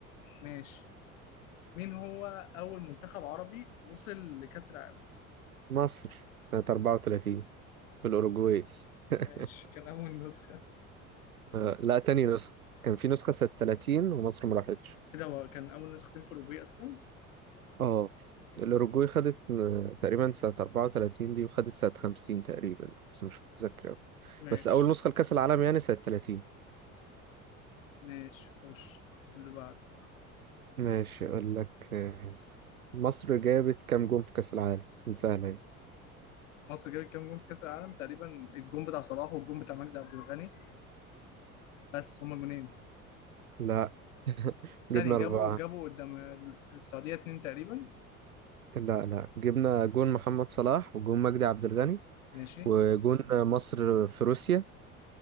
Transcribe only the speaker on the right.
مصر سنة 34 في الأوروجواي <laughs>
آه لا تاني نسخة كان في نسخة سنة 30 ومصر ما راحتش
اه الأوروجواي خدت آه، تقريبا سنة 34 دي وخدت سنة 50 تقريبا بس مش متذكر أوي
بس أول نسخة لكأس العالم يعني سنة 30
ماشي أقول لك آه، مصر جابت كام جون في كأس العالم دي سهلة أهي.
لا <laughs>
جبنا
أربعة
لا لا جبنا جون محمد صلاح وجون مجدي عبد الغني
وجون مصر في روسيا